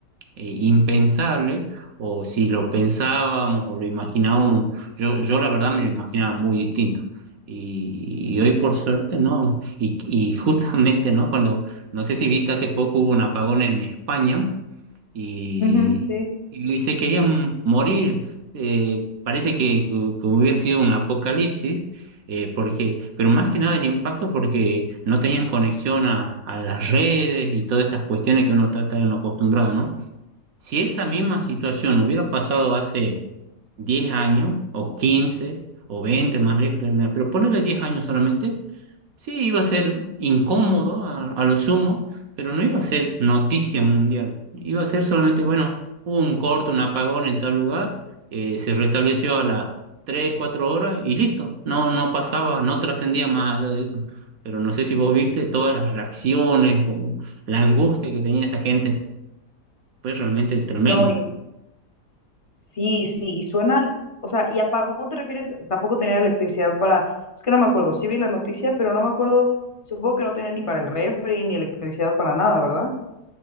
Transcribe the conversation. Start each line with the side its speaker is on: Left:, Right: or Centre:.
Right: eh, impensable, o si lo pensábamos o lo imaginábamos, yo, yo la verdad me lo imaginaba muy distinto. Y, y hoy por suerte no. Y, y justamente, ¿no? Cuando, no sé si viste, hace poco hubo un apagón en España y,
Left: ujú, sí.
Right: y se querían morir. eh, parece que, que hubiera sido un apocalipsis. eh, porque, pero más que nada el impacto porque no tenían conexión a, a las redes y todas esas cuestiones que uno está tan acostumbrado, ¿no? Si esa misma situación hubiera pasado hace 10 años, o 15 o 20 más lejos, pero ponerle 10 años solamente, sí iba a ser incómodo a, a lo sumo, pero no iba a ser noticia mundial. Iba a ser solamente, bueno, hubo un corte, un apagón en tal lugar, eh, se restableció a las tres cuatro horas y listo. No, no pasaba, no trascendía más allá de eso. Pero no sé si vos viste todas las reacciones, como la angustia que tenía esa gente. Fue realmente tremendo.
Left: No, y sí, sí, y suena, o sea, ¿y apagón te refieres? Tampoco tenía electricidad para, es que no me acuerdo, sí vi la noticia, pero no me acuerdo, supongo que no tenía ni para el refri, ni electricidad para nada, ¿verdad?